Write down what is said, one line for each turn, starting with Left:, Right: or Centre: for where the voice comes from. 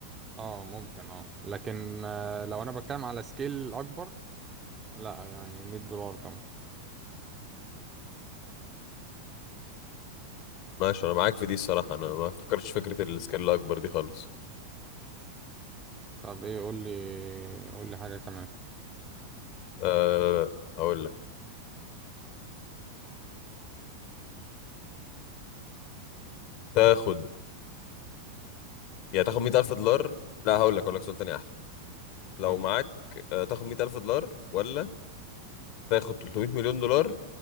Right: اه ممكن اه لكن آه، لو انا بتكلم على سكيل اكبر لا يعني 100 دولار طبعا
Left: ماشي انا معاك في دي الصراحة انا ما فكرتش فكرة السكيل الاكبر دي خالص
Right: طب ايه قول لي قول لي حاجه كمان
Left: أه هقول لك تاخد يعني تاخد 100000 دولار لا هقول لك هقول لك سؤال تاني احلى لو
Right: قول لي
Left: معاك آه، تاخد مية ألف دولار ولا تاخد 300 مليون دولار